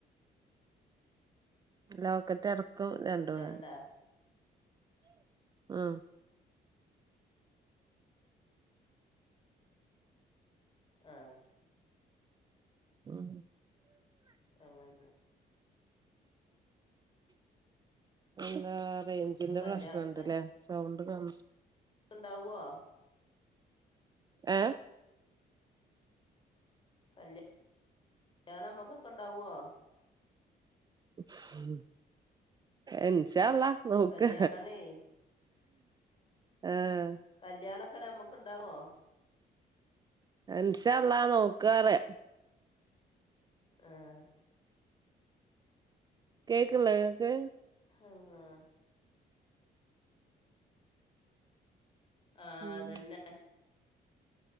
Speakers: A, on the right; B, on the left.
A: ലോക്കറ്റ് അടക്കം രണ്ട് പവൻ
B: രണ്ടാ
A: ഉം
B: ആഹ്
A: ഉം
B: അങ്ങൻ
A: എന്താ റേഞ്ചിന്റെ
B: ഇപ്പം കല്യാണം
A: പ്രശ്നണ്ട്ല്ലേ സൗണ്ട് ക
B: ണ്ടാവോ?
A: ഏഹ്
B: കല്ല് ല്ല്യാണം മ്മക്കൊക്കെ ണ്ടാവോ?
A: ഉം ഇൻഷാ അള്ളാ നോക്ക്
B: കല്യാണേ
A: ആഹ്
B: കല്യാണൊക്കെ നമ്മക്ക് ണ്ടാവോ?
A: ഇൻഷാ അള്ളാ നോക്കാറ്യ
B: ആഹ്
A: കേക്ക്ള്ളേ ക്ക്
B: അള്ളാ ആഹ്
A: ഉം
B: അതന്നെ